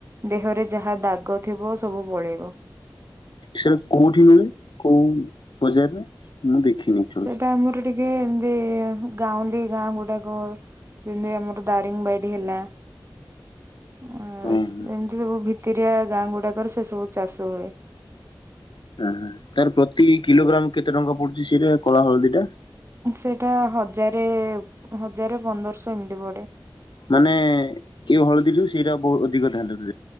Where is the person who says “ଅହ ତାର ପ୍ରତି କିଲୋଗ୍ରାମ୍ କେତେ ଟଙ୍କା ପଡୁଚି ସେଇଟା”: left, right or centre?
Left